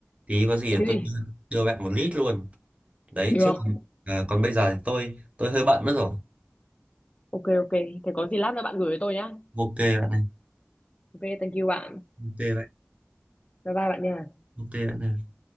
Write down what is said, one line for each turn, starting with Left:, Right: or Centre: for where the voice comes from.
Right: tí có gì
Left: cái
Right: tôi
Left: gì
Right: đưa, đưa bạn một lít luôn. Đấy
Left: được
Right: chứ còn, à, còn bây giờ thì tôi tôi hơi bận mất rồi.
Left: ok ok thế có gì lát nữa bạn gửi cho tôi nhá
Right: Ok bạn này.
Left: ok thank you bạn
Right: Ok bạn.
Left: bye bye bạn nha
Right: Ok bạn này.